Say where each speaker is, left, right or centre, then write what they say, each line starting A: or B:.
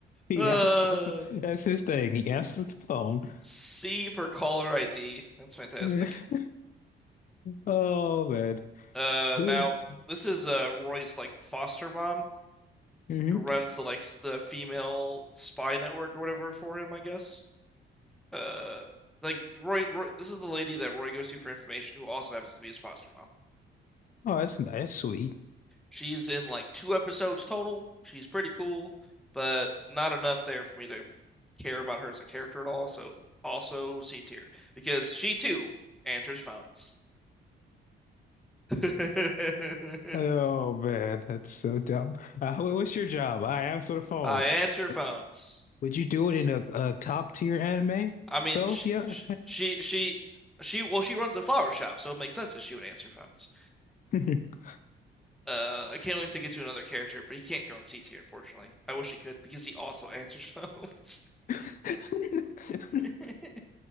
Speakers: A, on the left; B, in the centre.
A: Okay.
B: Uh,
A: He answers, that's that's his thing. He answers the phone.
B: C for caller ID. That's fantastic.
A: Yeah. <laughs> Oh man,
B: Uh,
A: who
B: now
A: is-
B: this is uh Roy's like foster mom
A: mhm.
B: who runs the like the female spy network or whatever for him, I guess. Uh, like Roy, Roy, this is the lady that Roy goes to for information, who also happens to be his foster mom.
A: Oh, that's nice, that's sweet. <laughs>
B: She's in like two episodes total. She's pretty cool, but not enough there for me to care about her as a character at all. So also C tier because she too answers phones. <laughs>
A: Oh
B: <laughs>
A: man, that's so dumb. Uh, wha- what's your job? I answer the phone.
B: I answer phones.
A: Would you, would you do it in a, a top tier anime?
B: I mean,
A: So
B: she,
A: yeah.
B: she, she, she, she, well, she runs a flower shop, so it makes sense that she would answer phones.
A: <laughs>
B: Uh, I can't wait to get to another character, but he can't go in C tier, unfortunately. I wish he could because he also answers phones.
A: <laughs>
B: <laughs>